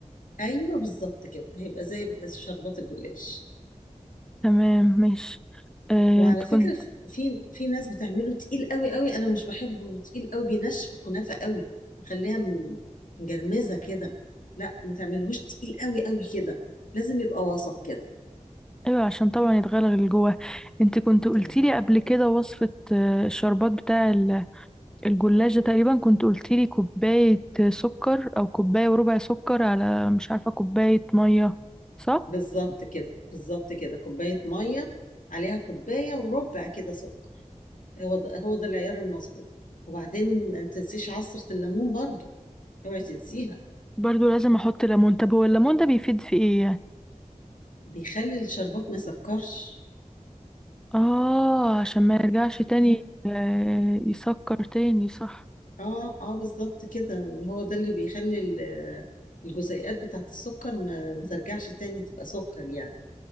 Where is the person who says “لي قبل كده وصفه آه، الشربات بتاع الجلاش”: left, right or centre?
Centre